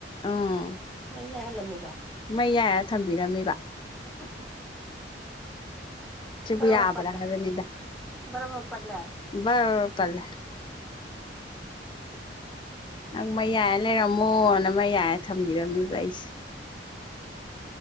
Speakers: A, on the left; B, in the centre.
A: ꯎꯝ
B: ꯃꯑꯩ ꯌꯥꯏꯍꯟ ꯂꯝꯃꯤꯕꯥ
A: ꯃꯩ ꯌꯥꯏꯔ ꯊꯝꯕꯤꯔꯝꯃꯦꯕ
B: <inaudible>
A: ꯁꯦꯕꯨ
B: ꯕꯔꯕꯔ
A: ꯍꯥꯏꯕꯅꯤꯗ
B: ꯄꯠꯂꯦ ꯕꯔꯕꯔ ꯄꯠꯂꯦ
A: ꯄꯔꯔ ꯄꯥꯠꯂꯦ ꯅꯪ ꯃꯩ ꯌꯥꯏꯔ ꯂꯩꯔꯝꯃꯣꯅ ꯃꯑꯩ ꯌꯥꯏꯔꯦ ꯊꯝꯕꯤꯔꯝꯃꯤꯕ ꯑꯩꯁꯦ